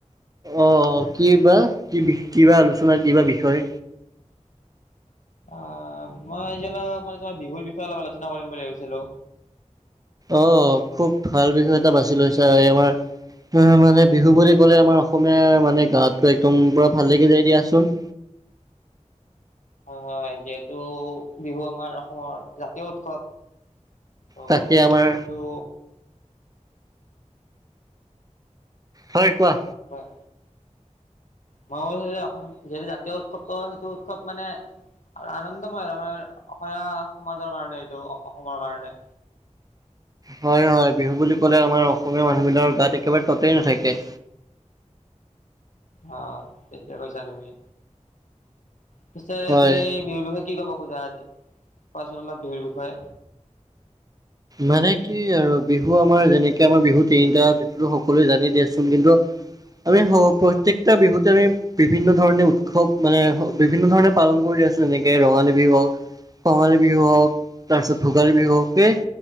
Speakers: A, on the right (about 30°); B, on the left (about 80°).
A: অ' অ' কি বা কি কিবা আলোচনা কি বা বিষয়।
B: অ' মই আজি অলপ মানে তোমাৰ বিহুৰ বিষয়ে অলপ আলোচনা কৰিম বুলি ভাবিছিলো।
A: অ' খুব ভাল বিষয় এটা বাছি লৈছা, এ আমাৰ হ হ মানে বিহু বুলি ক'লে আমাৰ অসমীয়াৰ মানে গাতো একদম পুৰা ভাল লাগি যায় দিয়াচোন।
B: হয় হয়, যিহেতু বিহু আমাৰ অসমৰ জাতীয় উৎসৱ। ত'
A: তাকে
B: সেই
A: আমাৰ
B: উৎসৱটো।
A: হয় কোৱা।
B: হয়। মই কৈছো যে অসম, যিহেতু জাতীয় উৎসৱটো সেইটো খুব মানে আনন্দময় তমাৰ অসমীয়া সমাজৰ কাৰণে এইটো অসমৰ কাৰণে।
A: হয় হয় বিহু বুলি ক'লে আমাৰ অসমীয়া মানুহ বিলাকৰ গাত একেবাৰে ততেই নাথাকে।
B: অ' ঠিকে কৈছা তুমি। পিছে
A: হয়
B: তুমি বিহুৰ বিষ কি ক'ব খোজা আজ, কোৱাচন অলপ বিহুৰ বিষয়ে।
A: মানে কি আৰু বিহু আমাৰ যেনেকে আমাৰ বিহু তিনিটা সকলোৱে জানি দিয়াচোন কিন্তু আমি স প্ৰত্যেকটা বিহুত আমি বিভিন্ন ধৰণে উৎসৱ মানে বিভিন্ন ধৰণে পালন কৰি আছোঁ যেনেকে ৰঙালী বিহু হওক। কঙালী বিহু হওক তাৰপিছত ভোগালী বিহু হওকে